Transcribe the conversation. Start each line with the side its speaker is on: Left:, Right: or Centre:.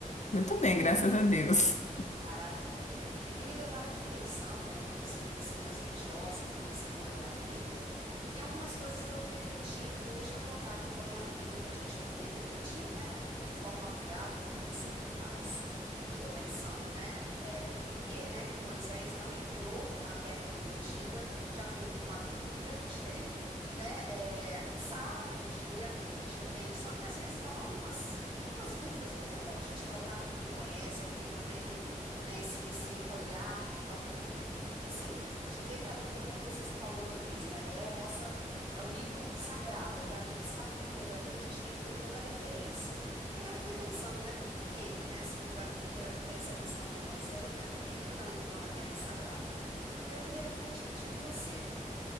Left: Eu tô bem, graças a Deus.
Right: Maravilha. Minha querida, eu estava aqui pensando, né, como eu sei que você é uma estudiosa e conhecedora da Bíblia, Tem algumas coisas que eu refleti, falei, deixa eu trocar aqui com a minha amiga para a gente poder refletir, né, aqui de forma amigável, como a gente sempre faz. Eu estou pensando, né, é, por que, né, que Moisés não entrou na Terra Prometida de acordo com a Bíblia? Porque a gente tem, né, é, a gente sabe, a gente lê a Bíblia, a gente entende, só que às vezes dá algumas, umas dúvidas que é tão bom a gente trocar com quem conhece, com quem também tem, né, esse, esse olhar tão assim, de ver que a Bíblia, como você falou uma vez, né, é a nossa, é o livro sagrado, é dali que sai tudo, é dali que a gente tem que ter toda a referência. E aí eu fiquei pensando, né, por que, né, segundo a Bíblia, essa questão do Moisés, né, por que que ele não entrou na Terra Sagrada? E aí eu queria refletir com você.